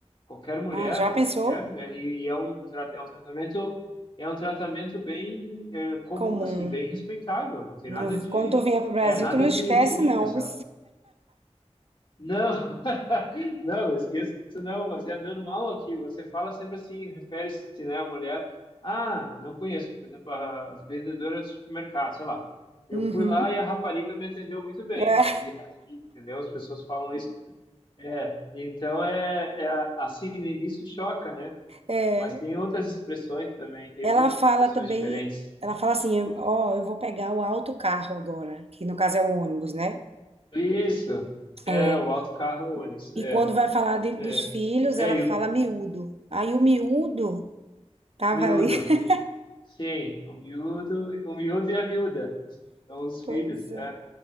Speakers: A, on the left; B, on the right.
A: Qualquer mulher,
B: Ah, já pensou?
A: qualquer mulher. E, e é um, tra- é um tratamento, é um tratamento bem eh, comum,
B: Comum.
A: assim, bem respeitável. Não tem
B: Não-
A: nada de,
B: quando tu vier pro Brasil,
A: é, nada
B: tu não esquece,
A: de ruim
B: não.
A: nessa
B: <laughs>
A: não, <laughs> não, não esqueça, não, mas é normal aqui. Você fala sempre assim, refere-se, né, à mulher. Ah, não conheço, por exemplo, a vendedora do supermercado, sei lá. Eu
B: Uhum.
A: fui lá e a rapariga me atendeu muito bem.
B: É,
A: E é assim, entendeu? As pessoas falam isso. É, então é, é assim, no início choca, né?
B: é.
A: Mas tem outras expressões também, tem
B: ela
A: muitas
B: fala
A: expressões
B: também,
A: diferentes.
B: ela fala assim, ó, eu vou pegar o autocarro agora, que no caso é o ônibus, né?
A: Isso, é,
B: É,
A: o autocarro, o ônibus,
B: E
A: é,
B: quando vai falar de-
A: é,
B: dos filhos,
A: é,
B: ela
A: e
B: fala
A: o
B: miúdo. Aí o miúdo tava
A: miúdo.
B: ali. <laughs>
A: Sim, o miúdo, o miúdo e a miúda são os
B: Pois
A: filhos, é.
B: é.